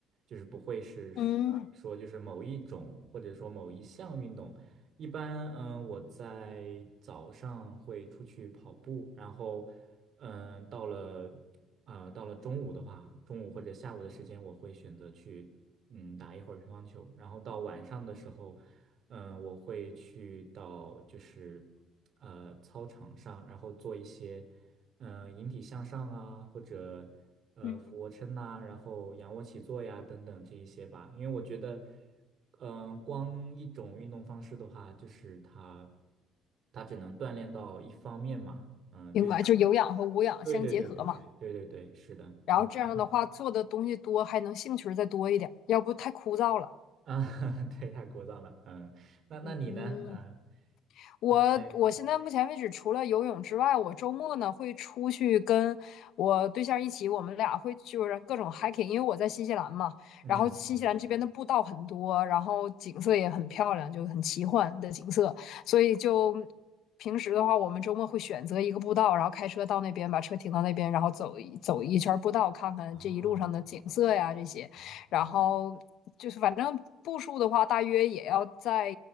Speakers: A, on the right (about 55°); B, on the left (about 70°).
A: 就是不会是说呃说就是某一种或者说某一项运动，
B: 嗯
A: 一般嗯我在早上会出去跑步，然后嗯到了。呃，到了中午的话，中午或者下午的时间，我会选择去嗯打一会儿乒乓球，然后到晚上的时候，嗯、我会去到就是呃操场上，然后做一些嗯、呃引体向上啊，或者呃俯卧撑呐、
B: 嗯，
A: 然后仰卧起坐呀等等这一些吧，因为我觉得。嗯、呃光一种运动方式的话，就是它，它只能锻炼到一方面嘛。嗯、
B: 明白，
A: 就像。
B: 就有氧和无氧相结合嘛。
A: 对对对对对对对对，是的，
B: 然后这样的话，
A: 嗯，然后
B: 做的东西多，还能兴趣儿再多一点，要不太枯燥了。
A: 啊，<laughs> 对，太枯燥了，嗯，那那你呢？
B: 嗯，
A: 嗯，
B: 我我现在目前为止，
A: 你在
B: 除了游泳之外，我周末呢会出去跟我对象一起，我们俩会就是各种 hiking，因为我在新西兰嘛，
A: 嗯，
B: 然后新西兰这边的步道很多，然后景色也很漂亮，就很奇幻的景色，所以就平时的话，我们周末会选择一个步道，然后开车到那边，把车停到那边，然后走一走一圈步道，看看这一路上的景色呀这些。
A: 哦，嗯
B: 然后就是反正步数的话，大约也要再